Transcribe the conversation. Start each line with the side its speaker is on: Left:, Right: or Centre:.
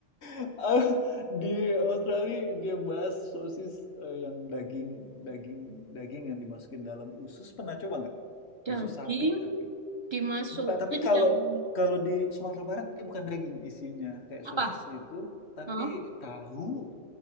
Left: eee, di Australia dia bahas sosis, eee, yang daging daging daging yang dimasukin dalam usus, pernah coba nggak?
Right: daging
Left: Usus sapi tapi.
Right: dimasukin
Left: Bu- eh, Tapi kalau
Right: dalam
Left: kalau di Sumatera Barat dia bukan daging isinya kayak
Right: apa
Left: sosis itu, tapi
Right: Hah?
Left: tahu,